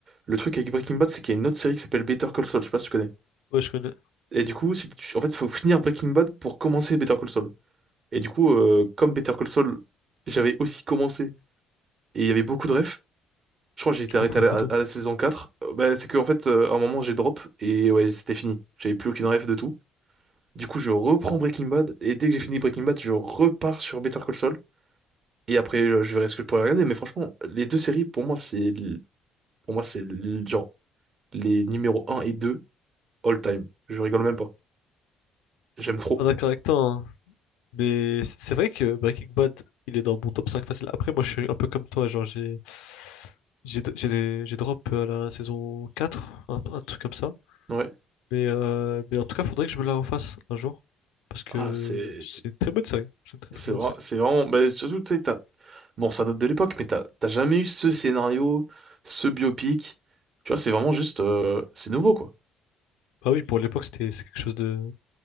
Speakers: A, on the right; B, on the left.
A: le truc avec Breaking Bad, c'est qu'il y a une autre série qui s'appelle Better Call Saul, je sais pas si tu connais.
B: ouais, je connais.
A: Et du coup, si tu- en fait, il faut finir Breaking Bad pour commencer Better Call Saul. Et du coup, euh, comme Better Call Saul, j'avais aussi commencé et il y avait beaucoup de refs. Je crois que j'ai été
B: Je comprenais
A: arrêté à la,
B: pas tout.
A: à la saison quatre Euh, bah, c'est que en fait, euh, à un moment, j'ai drop et ouais, c'était fini. J'avais plus aucune ref de tout. Du coup, je reprends Breaking Bad et dès que j'ai fini Breaking Bad, je repars sur Better Call Saul. Et après, euh, je verrai ce que je pourrais regarder. Mais franchement, les deux séries, pour moi, c'est l- pour moi, c'est l- genre les numéros un et 2 all time. Je rigole même pas. J'aime trop.
B: Je suis pas d'accord avec toi, hein. Mais c- c'est vrai que Breaking Bad, il est dans mon top 5 facile. Après, moi, je suis un peu comme toi, genre, j'ai j'ai j'ai j'ai drop euh, à la saison quatre un, un truc comme ça.
A: Ouais.
B: Mais, euh, mais en tout cas, faudrait que je me la refasse un jour. Parce que
A: Ah, c'est
B: c'est une très bonne série. C'est une très
A: C'est
B: très bonne
A: vrai,
B: série.
A: c'est vraiment. bah, surtout, tu sais, t'as- Bon, ça date de l'époque, mais t'as t'as jamais eu ce scénario, ce biopic. Tu vois, c'est vraiment juste. euh, c'est nouveau, quoi.
B: Bah oui, pour l'époque, c'était c'est quelque chose de